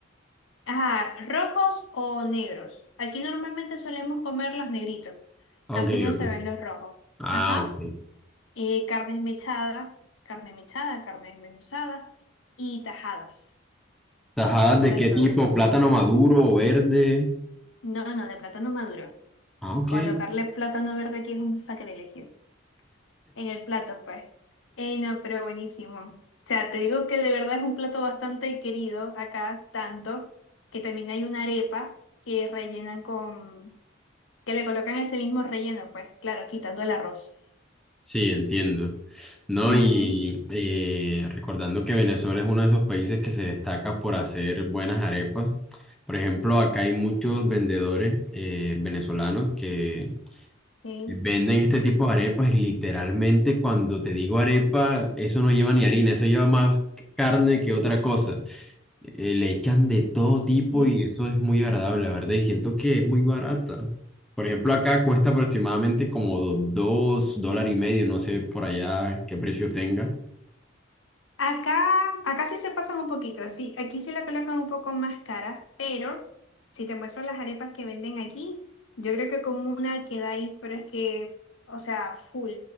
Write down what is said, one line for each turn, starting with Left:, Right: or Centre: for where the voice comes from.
Left: Ajá, rojos o negros. Aquí normalmente solemos comer los negritos.
Centre: Ok,
Left: Casi no se
Centre: ok.
Left: ven los rojos.
Centre: Ah,
Left: Ajá.
Centre: ok.
Left: eh, carne mechada, carne mechada, carne desmenuzada y tajadas.
Centre: ¿Tajadas
Left: Muchacho,
Centre: de qué tipo? ¿Plátano maduro o verde?
Left: no, no, de plátano maduro.
Centre: Ah, ok.
Left: Colocarle plátano verde aquí es un sacrilegio. En el plato, pues. Ey, no, pero buenísimo. O sea, te digo que de verdad es un plato bastante querido acá, tanto que también hay una arepa que rellenan con, que le colocan ese mismo relleno, pues, claro, quitando el arroz.
Centre: Sí, entiendo. No,
Left: Ujú,
Centre: y eh, recordando que Venezuela es uno de esos países que se destaca por hacer buenas arepas. Por ejemplo, acá hay muchos vendedores eh, venezolanos que
Left: Sí,
Centre: venden este tipo de arepas y literalmente cuando te digo arepa, eso no lleva ni harina, eso lleva más carne que otra cosa. eh, le echan de todo tipo
Left: sí.
Centre: y eso es muy agradable, la verdad. Y siento que es muy barata. Por ejemplo, acá cuesta aproximadamente como do- dos dólares y medio, no sé por allá qué precio tenga.
Left: Acá, acá sí se pasan un poquito, así, aquí sí la colocan un poco más cara, pero si te muestro las arepas que venden aquí, yo creo que con una queda ahí, pero es que, o sea, full,